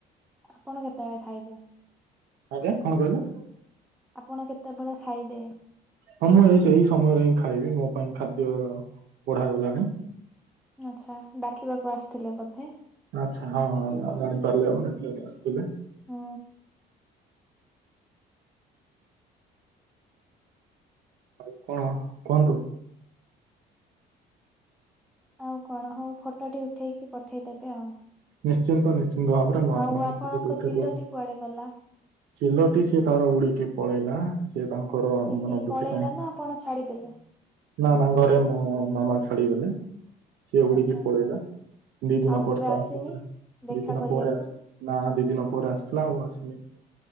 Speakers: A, in the centre; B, on the right.
A: ଆପଣ କେତେବେଳେ ଖାଇବେ?
B: ଆଜ୍ଞା। କଣ କହିଲେ?
A: ଆପଣ କେତେବେଳେ ଖାଇବେ?
B: ହଁ ମୁଁ ଏ ସେହି ସମୟରେ ହିଁ ଖାଇବି ମୋ ପାଇଁ ଖାଦ୍ୟ ବଢାଗଲାଣି।
A: ଆଚ୍ଛା ଡାକିବାକୁ ଆସିଥିଲେ ବୋଧେ
B: ଆଛା ହଁ ଆଉ ଗାଡି ପାରିଲେ ହବ ନା କିଏ ଗୋଟେ ଆସଥିଲେ?
A: ହୁଁ।
B: ଆଉ କଣ କୁହନ୍ତୁ?
A: ଆଉ କଣ ହଉ ଫଟୋଟି ଉଠେଇକି ପଠେଇଦେବେ ଆଉ।
B: ନିଶ୍ଚିନ୍ତ ନି <unintelligible> ଭାବରେ ମୁଁ ଆପଣଙ୍କ
A: ଆଉ
B: <unintelligible>
A: ଚିଲଟି କୁଆଡେ ଗଲା?
B: ଚିଲଟି ସିଏ ତାର ଉଡିକି ପଳେଇଲା ସିଏ ତାଙ୍କର
A: ଉଡିକି
B: ମନୋବୃତ୍ତିି
A: ପଳେଇଲା
B: ପାଇଁ
A: ନା ଆପଣ ଛାଡିଦେଲେ?
B: ନା ନା ଘରେ ମୋ ମାମା ଛାଡ଼ିଗଲେ। ସେ ଉଡିକି
A: ଆଚ୍ଛା ଆଚ୍ଛା
B: ପଳେଇଲା ଦି ଦିନ
A: ଆଉ କେବେ
B: ପରେ ତ
A: ଆସିନି?
B: ଆସେ।
A: ଦେଖା
B: ଦି ଦିନ
A: କରିବାକୁ
B: ପରେ ଆସି ନା ଦି ଦିନ ପରେ ଆସିଥିଲା ଆଉ ଆସନି।